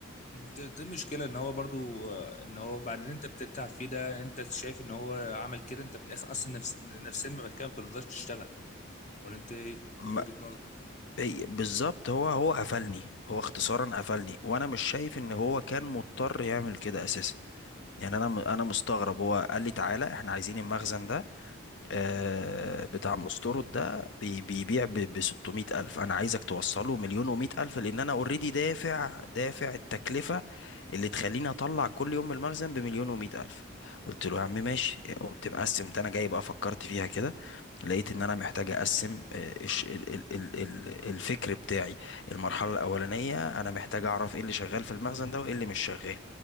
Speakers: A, on the left; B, on the left.
A: دي, دي مشكلة ان هو برضو آه، ان هو بعد اللي انت بتتعب فيه ده انت شايف ان هو عمل كده انت في الاخر اصلا نفس نفسيا بعد كده ما بترضاش تشتغل ولا انت ايه
B: ما-
A: وجهة نظرك
B: إي- بالظبط هو هو قفلني هو اختصارا قفلني وانا مش شايف ان هو كان مضطر يعمل كده اساسا يعني انا م- انا مستغرب هو قال لي تعالى احنا عايزين المخزن ده آه، بتاع مستورد ده بي- بيبيع ب 600 ألف أنا عايزك توصله مليون و ألف لأن أنا أوريدي دافع دافع التكلفة اللي تخليني أطلع كل يوم المخزن بمليون و ألف قلت له يا عم ماشي قمت مقسم ده أنا جاي بقى فكرت فيها كده لقيت إن أنا محتاج أقسم آه، الش- ال- ال- ال- ال- الفكر بتاعي المرحلة الأولانية أنا محتاج أعرف إيه اللي شغال في المخزن ده وإيه اللي مش شغال